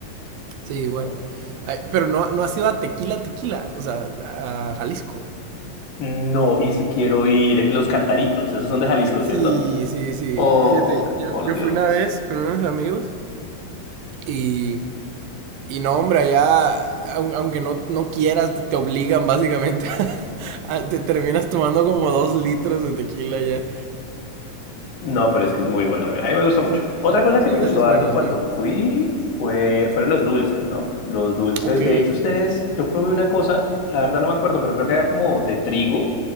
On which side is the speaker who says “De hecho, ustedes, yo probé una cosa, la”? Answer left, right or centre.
Left